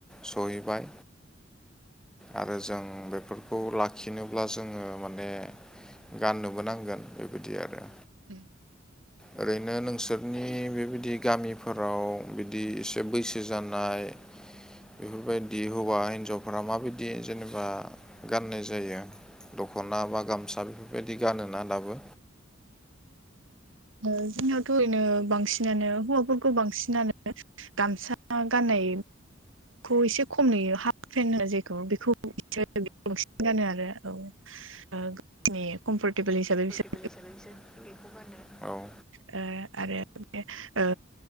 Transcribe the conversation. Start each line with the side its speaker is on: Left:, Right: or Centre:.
Centre: सहैबाय आरो जों बेफोरखौ लाखिनोब्ला जोङो माने गाननोबो नांगोन बेबायदि आरो
Right: उम
Centre: ओरैनो नोंसोरनि बेबायदि गामि फोराव बिदि एसे बैसो जानाय बेफोरबायदि हौवा हिनजावफोरा माबायदि जेनेबा गाननाय जायो? दख'ना बा गामसा बेफोरबायदि गानोना दाबो?
Right: ओ जोंनियावथ' ओरैनो बांसिनानो हौवाफोरखौ बांसिनानो <unintelligible> गामसा गाननाय खौ एसे खम नुयो हाफ फेन्ट जेखौ बेखौ बिसोर बांसिन गानो आरो औ गावनि कमफर्टेबोल हिसाबै बिसो
Centre: साबै बिसोरो बेखौ गानो आरो औ
Right: ओ आरो बे ओ